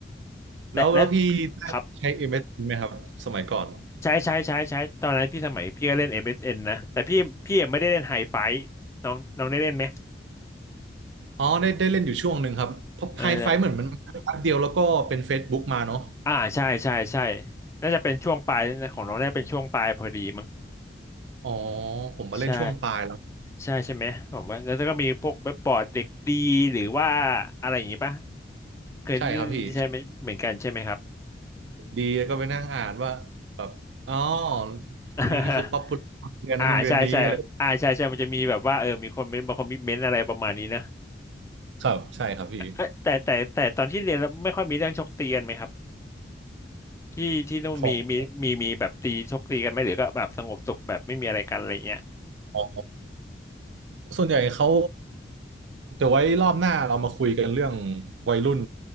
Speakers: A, on the left (about 15°); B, on the right (about 80°).
A: แต่แล้ว
B: แล้วแล้วพี่ได้ใช้
A: ครับ
B: MSN ไหมครับสมัยก่อน
A: ใช้ใช้ใช้ใช้ตอนนั้นพี่สมัยพี่ก็เล่น MSN นนะแต่พี่พี่ยังไม่ได้เล่นไฮไฟน้องน้องได้เล่นไหม
B: อ๋อได้ได้เล่นอยู่ช่วงหนึ่งครับเพราะไฮไฟเหมือนมันมาแป๊บเดียวแล้วก็เป็น
A: เออแต่
B: Facebook มาเนาะ
A: อ่าใช่ใช่ใช่น่าจะเป็นช่วงปลายนะของน้องน่าจะเป็นช่วงปลายพอดีมั้ง
B: อ๋อผมมาเล่นช่วงปลายแล้ว
A: ใช่ใช่ใช่ไหมผมว่าแล้วก็มีพวกเว็บบอร์ดเด็กดีหรือว่าอะไรอย่างงี้ปะเคย
B: ใช่ครับพี่
A: ใช่ไหมเหมือนกันใช่ไหมครับ
B: ดีก็ไปนั่งอ่านว่าแบบอ๋อ
A: <laughs>
B: คนนี้คือป๊อปปูล่าเรียนนั้นโรงเรียนนี้อะไร
A: อ่าใช่ใช่อ่าใช่ใช่มันจะมีแบบว่าเออมีคนเมนต์บางคนมีเมนต์อะไรประมาณนี้นะ
B: ครับใช่ครับพี่
A: เอ้ยแต่แต่แต่ตอนที่เรียนแล้วไม่ค่อยมีเรื่องชกตีกันไหมครับที่ที่นู่นมีมีมีมีแบบตีชกตีกันไหมหรือก็แบบสงบสุขแบบไม่มีอะไรกันอะไรเงี้ย
B: ของอ๋อส่วนใหญ่เขาเดี๋ยวไว้รอบหน้าเรามาคุยกันเรื่องวัยรุ่น